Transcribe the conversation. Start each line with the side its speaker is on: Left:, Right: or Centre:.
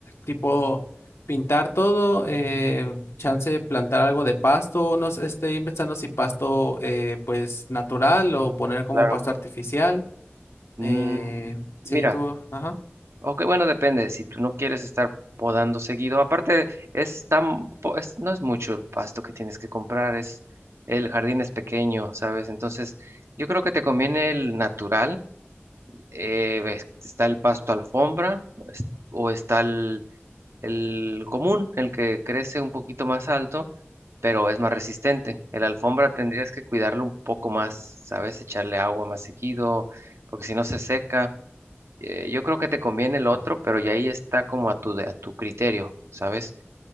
Left: tipo pintar todo, eh, chance de plantar algo de pasto, no sé, estoy pensando si pasto eh, pues natural o poner como
Right: claro.
Left: pasto artificial.
Right: Mm,
Left: Eh, sí,
Right: mira,
Left: tú, ajá.
Right: Ok, bueno, depende. Si tú no quieres estar podando seguido, aparte es tan, po- es- no es mucho el pasto que tienes que comprar, es el jardín es pequeño, ¿sabes? Entonces, yo creo que te conviene el natural. eh, ves, está el pasto alfombra es- o está el, el común, el que crece un poquito más alto, pero es más resistente. El alfombra tendrías que cuidarlo un poco más, ¿sabes? Echarle agua más seguido, porque si no se seca. Eh, yo creo que te conviene el otro, pero ya ahí está como a tu, de- a tu criterio, ¿sabes?